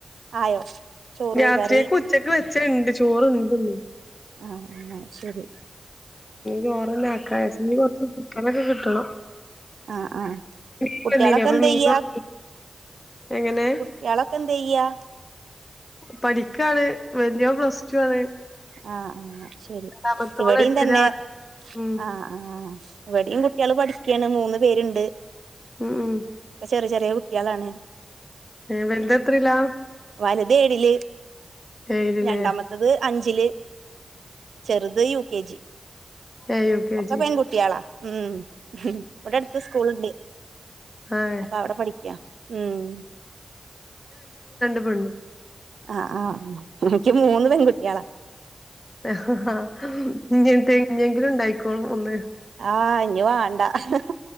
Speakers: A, on the right; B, on the left.
A: ആയോ ചോറ്
B: രാത്രിയൊക്കെ
A: കറി
B: ഉച്ചക്ക് വെച്ച ഇണ്ട് ചോറുണ്ട്ന്ന്
A: ആഹ് ആഹ് ശരി
B: ചോറന്നക്ക കനൊക്കെ കിട്ടണം
A: ആ ആ
B: മീൻ
A: കുട്ട്വാളൊക്കെ
B: വന്നീനി അപ്പൊ
A: എന്ത
B: മീൻ
A: ചെയ്യാ
B: വാങ്ങി എങ്ങനെ
A: കുട്ട്യാളൊക്കെ എന്ത ചെയ്യ
B: പഠിക്കാണ് വലിയോൻ പ്ലസ്റ്റു ആണ്
A: ആ ആ ശരി
B: രണ്ടാമത്തോള്
A: ഇവിടെയും
B: എട്ടിലാണ്.
A: തന്നെ
B: ഉം
A: ആ ആ ഇവടിം കുട്ട്യാള് പഠിക്കാണ് മൂന്ന് പേർണ്ട്
B: ഉം ഉം
A: ക്കെ ചെറിയ ചെറിയ കു ട്ട്യാളാണ്
B: ഏഹ് വലുതെത്രയിലാ?
A: വൽതേഴില്
B: ഏഴിലില്ലേ
A: രണ്ടാമത്തത് അഞ്ചില് ചെറുത് യു കെ ജി
B: എ യുക്കെജി
A: ഒക്കെ പെൺകുട്ടികളാ ഉം ഉം ഇവിടെ അടുത്ത് സ്കൂളുണ്ട്
B: ആഹ്
A: അപ്പൊ അവിടെ പഠിക്കാ ഉം
B: ഉം
A: ആ ആ ഇൻക്ക് മൂന്ന് പെൺകുട്ട്യാളാ
B: ഹ ഹ ഇങ്ങൻത്തെ ഇഞ്ഞെങ്കിലും ഉണ്ടായി ഒന്ന്
A: ആ ഇഞ്ഞ് വാണ്ട അഹഹ